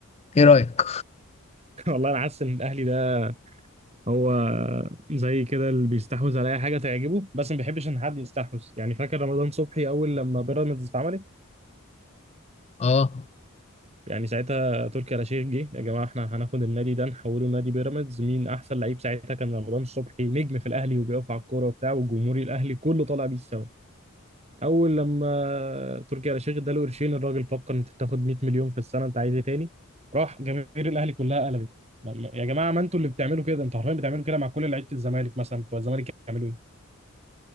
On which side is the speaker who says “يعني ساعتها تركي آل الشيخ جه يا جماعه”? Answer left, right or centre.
Right